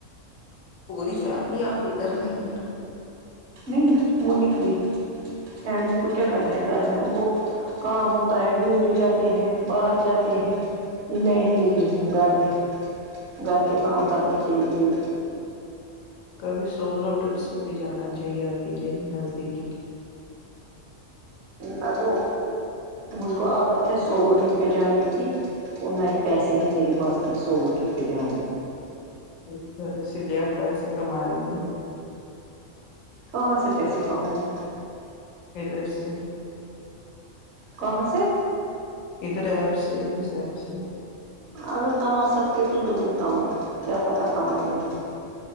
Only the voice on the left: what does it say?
پوری فیملی آپ کے گھر میں ہی ہے
اچھا
اچھا
آپ
ہی ہو
گئے
کبھی سولو ٹرپس پے بھی جانا چاہیے اکیلے نزدیک ہی
اچھا اسی لیے آپ پیسے کما رہی ہے
ادھر سے
ادھر ایپ سے اس ایپ سے